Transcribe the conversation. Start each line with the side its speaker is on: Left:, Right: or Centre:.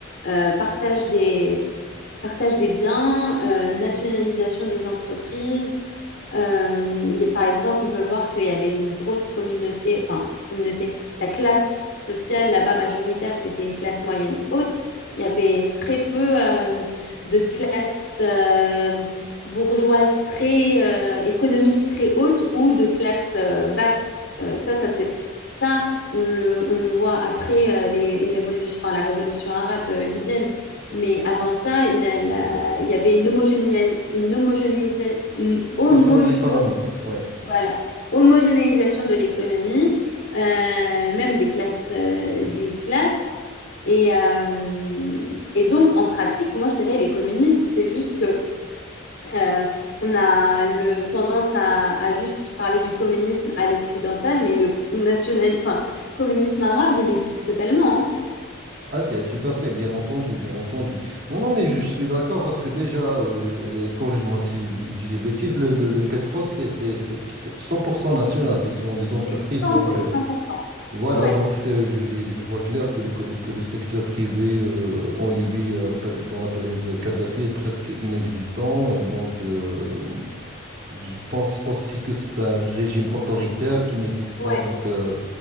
Left: Euh, partage des, partage des biens, euh, nationalisation des entreprises. Euh, il y a- par exemple, on peut voir qu'il y avait une grosse communauté, enfin, communauté, la classe sociale là-bas majoritaire, c'était une classe moyenne haute. Il y avait très peu euh, de classes euh, bourgeoises très euh, économiques très hautes ou de classes euh, basses. Euh, ça, ça c'est ça, on le, on le voit après euh, les, les révolutions, enfin, la révolution arabe euh, libyenne mais avant ça, la- la- il y avait une homogénéisation, une homogénéisa- hum, homoge-
Right: Station de l'économie, oui.
Left: voilà, homogénéisation de l'économie, euh, même des classes, euh, des classes. Et, euh, et donc, en pratique, moi, je dirais les communistes, c'est juste que euh, on a le tendance à, à juste parler du communisme à l'occidental, mais le national, enfin, le communisme arabe, il existe totalement, hein.
Right: Ah, ok, tout à fait, bien entendu, bien entendu. Non, non, mais je, je suis d'accord parce que déjà, euh, et corrige-moi si je, je dis des bêtises, le, le- le pétrole, c'est c'est- c'est- c'est 100% national, ce sont des entreprises.
Left: C'est 100%,
Right: Donc, euh,
Left: 100%.
Right: voilà,
Left: Ouais,
Right: donc c'est- je, je vois clair que le, que le que le secteur privé euh, en Libye, à la péri- dans la période de Kadhafi, est presque inexistant. Euh, Donc, euh, c'est- je pense aussi que c'est un régime autoritaire qui n'hésite pas
Left: ouais,
Right: donc, euh,